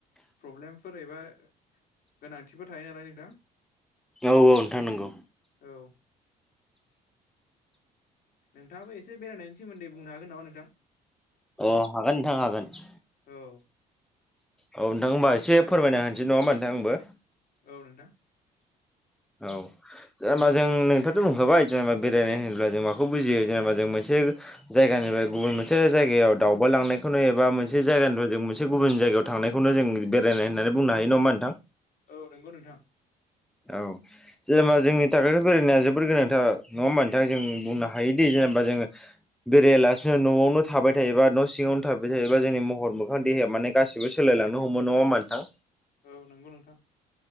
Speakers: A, on the left; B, in the centre.
A: प्रब्लेमफोर एबा गोनांथिफोर थायो नालाय नोंथां
B: औ औ नोंथां नंगौ
A: औ नोंथाङाबो एसे बेरायनायनि सोमोन्दै बुंनो हागोन नामा नोंथां
B: अ हागोन नोंथां हागोन औ
A: औ
B: नोंथां होनबा एसे फोरमायनो होनसै नङा होमबा नोंथां आंबो
A: औ नोंथां
B: औ जेनेबा जों नोंथांथ' बुंखाबाय जेनेबा बेरायनो होनोब्ला जों माखौ बुजियो जेनेबा जों मोनसे बेगो जायगानिफ्राय गुबुन मोनसे जायगायाव दावबायलांनायखौनो एबा मोनसे जायगानिफ्राय जों मोनसे गुबुन जायगा गायाव थांनायखौनो जों बेरायनाय होननानै बुंनो हायो नङा होनबा नों
A: औ नंगौ नोंथां
B: औ जेनेबा जोंनि थाखायथ' बेरायनाया जोबोर गोनांथार नङा होमबा नोंथां जों बुंनो हायोदि जेनेबा जोङो बेरायालासिनो न'आवनो थाबाय थायोबा न' सिङावनो थाबाय थायोबा जोंनि महर मोखां दे हाया माने गासिबो सोलायलांनो हमो नङा होमबा नोंथां
A: औ नंगौ नोंथां